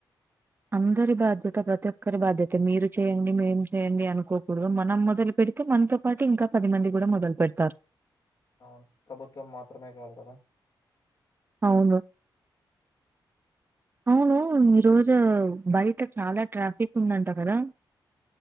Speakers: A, on the right (about 25°); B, on the left (about 60°).
A: అందరి బాధ్యత ప్రతి ఒక్కరి బాధ్యత మీరు చేయండి మేము చేయండి అనుకోకూడదు మనం మొదలు పె పెడితే మనతో పాటు ఇంకా పది మంది కూడా మొదలు పెడతారు
B: అవును ప్రభుత్వం మాత్రమే గాదు కదా
A: అవును అవును ఈరోజు బయట చాలా ట్రాఫిక్ ఉందంట కదా